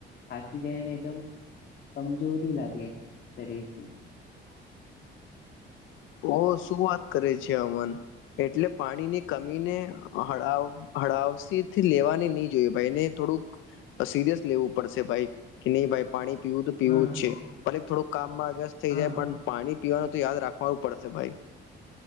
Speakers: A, on the left (about 55°); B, on the left (about 85°).
A: થાકી જાય ને એકદમ કમજોરી લાગે શરીરથી
B: ઓ શું વાત કરે છે અમન એટલે પાણીની કમી ને હળાવ હળાવસીથી લેવાની ની જોયે ભાઈને તો થોડુંક સિરિયસ લેવું પડશે ભાઈ કે નહી ભાઈ પાણી પીવું તો પીવું
A: હા
B: જ છે, ભલે થોડુંક કામમાં વ્યસ્ત થઈ
A: હા
B: જાય પણ પાણી પીવાનું તો યાદ રાખ હોવું પડશે ભાઈ